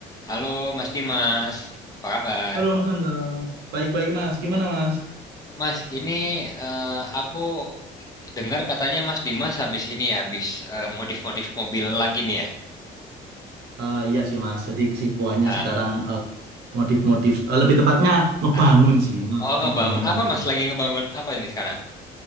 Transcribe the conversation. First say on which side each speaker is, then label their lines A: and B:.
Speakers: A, on the left; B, on the right.
A: Halo Mas Dimas, apa kabar?
B: Halo Mas Angga. Baik-baik Mas. Gimana
A: Hmm.
B: Mas?
A: Mas, ini eh, aku dengar katanya Mas Dimas habis ini ya, habis eh, modif-modif mobil lagi nih ya.
B: Eh, iya sih Mas. Jadi kesibukannya
A: Ah,
B: sekarang eh, modif-modif. eh, lebih tepatnya ngebangun
A: ah.
B: sih. nge-
A: Oh, ngebangun.
B: ngebangun mobil.
A: Apa Mas lagi ngebangun? Apa ini sekarang?